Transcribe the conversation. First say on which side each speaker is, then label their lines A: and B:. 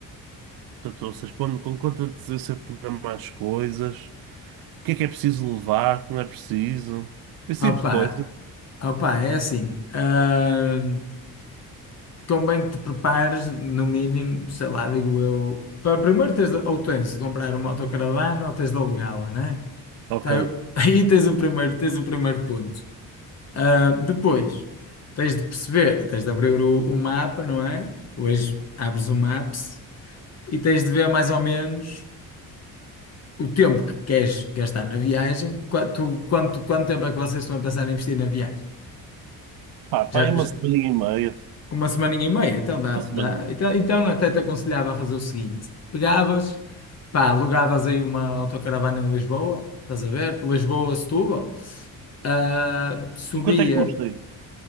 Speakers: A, on the right; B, on the left.
A: Portanto, ou seja, quando, com quanta antecedência programar as coisas, o que é que é preciso levar, o que não é preciso, esse
B: Opa,
A: tipo de coisa.
B: opa, é assim. hum, convém que te prepares, no mínimo, sei lá, digo eu. Para, primeiro tens de, ou tens de comprar uma autocaravana ou tens de alugá-la, né?
A: Ok.
B: Tá, eu- <laughs> aí tens o primeiro, tens o primeiro ponto. Ah, depois, tens de perceber, tens de abrir o, o mapa, não é? Hoje abres o Maps e tens de ver mais ou menos. o tempo que queres gastar na viagem, qua- tu- quanto, quanto tempo é que vocês estão a pensar em investir na viagem?
A: Pá, pá,
B: Já,
A: aí uma
B: já-
A: semana e meia.
B: uma semaninha e meia, então dá,
A: Uma
B: dá.
A: semana e meia.
B: Então, então até te aconselhava a fazer o seguinte: pegavas, pá, alugavas aí uma autocaravana em Lisboa, estás a ver? Lisboa, Setúbal, Ah, subia,
A: E quanto é que custa isso?